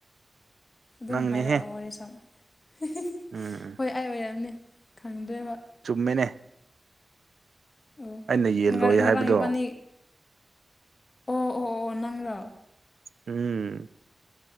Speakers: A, on the left (about 45°); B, on the right (about 85°).
A: ꯑꯗꯨꯝ
B: ꯅꯪꯅꯦꯍꯦ
A: ꯍꯥꯏꯔꯛꯑꯣ ꯋꯥꯔꯤꯁꯥ ꯍꯤꯍꯤ
B: ꯎꯝ
A: ꯍꯣꯏ ꯑꯩ ꯑꯣꯏꯔꯝꯅꯤ ꯈꯪꯗ꯭ꯔꯦꯕ
B: ꯆꯨꯝꯃꯦꯅꯦ
A: ꯑꯣ
B: ꯑꯩꯅ ꯌꯦꯜ ꯂꯣꯏ
A: ꯉꯔꯥꯡ
B: ꯍꯥꯏꯕꯗꯣ
A: ꯏꯕꯥꯅꯤ ꯑꯣ ꯑꯣ ꯑꯣ ꯅꯪꯔꯣ
B: ꯎꯝ